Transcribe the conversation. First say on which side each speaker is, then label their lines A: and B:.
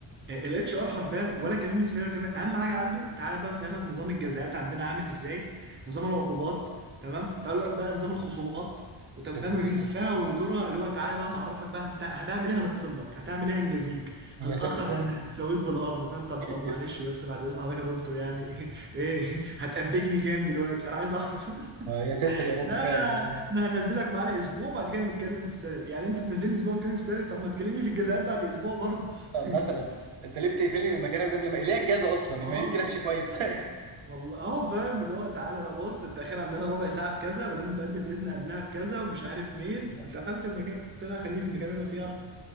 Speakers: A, on the right (about 25°); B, on the right (about 75°).
A: الاتش ار حرفيا ولا كلمني في سيرة كلمه اهم حاجه عنده تعالى بقى نفهمك نظام الجزاءات عندنا عامل ازاي نظام العقوبات تمام تعال لك بقى نظام الخصومات وطب
B: يا
A: فاهم
B: ساتر
A: يلفها
B: يا رب،
A: ويدورها اللي هو تعالى بقى معرفك بقى هنت- هتعمل ايه هنخصم لك هتعمل ايه هنجازيك هتتاخر
B: يا ساتر يا
A: هن...
B: رب،
A: هنسويك بالارض فاهم طب
B: <laughs>
A: طب معلش بس بعد اذن حضرتك يا دكتور يعني <laughs> ايه ايه هتأبجني كام دلوقتي انا عايز اعرف <laughs>
B: يا ساتر يا رب
A: لا
B: فعلًا
A: انا
B: يعني.
A: انا هنزلك معانا اسبوع بعد كده نتكلم في السالري يعني انت تنزلني اسبوع وتتكلم في السالري طب ما تكلمني في الجزاءات بعد اسبوع برضه
B: آه، مثلا
A: <laughs>
B: انت ليه بتقفلني من مكاني من قبل ما ليه اجازه اصلا
A: اه
B: ما يمكن امشي كويس
A: فاهم
B: <laughs>
A: والله اه فاهم اللي هو تعالى بقى بص التأخير عندنا ربع ساعة بكذا ولازم تقدم إذن قبلها بكذا ومش عارف مين
B: لا
A: انت
B: حول.
A: قفلت المكان قلت لها خليني في المكان اللي انا فيه